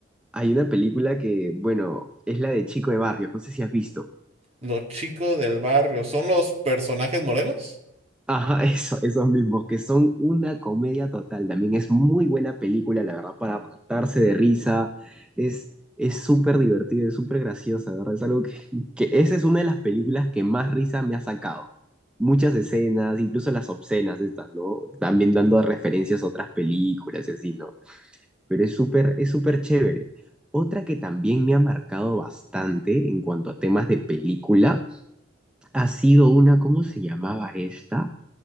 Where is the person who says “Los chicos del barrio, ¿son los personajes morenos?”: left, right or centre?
Right